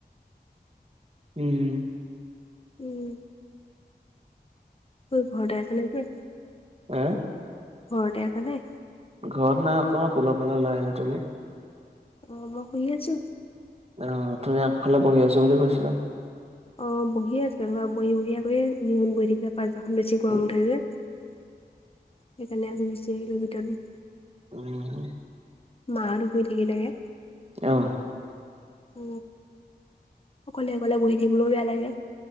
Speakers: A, on the right (about 35°); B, on the left (about 35°).
A: উম।
B: উম্। ক'ত ঘৰ আছা নে এতিয়া?
A: এ'।
B: ঘৰতে আছা নে?
A: ঘৰত নাই অকনমান পোলৰফালে <unintelligible> ওলাই আহিলো তুমি
B: অ' মই শুনি আছোঁ।
A: অ' তুমি আগফালে বহি আছো বুলি কৈছিলা।
B: অ' বহিয়েই আছোঁ যেনিবা বহি বহি এই নিহন <unintelligible> বহি। পাৰজাখন <unintelligible> বেছি গৰম
A: উম,
B: উঠে যে সেইকাৰণে আজি গুচি আহিলোঁ ভিতৰত।
A: উম।
B: মা -হতো শুই থাকিলেগে।
A: অ'।
B: উ, অকলে -অকলে বহি থাকিবলৈও বেয়া লাগে।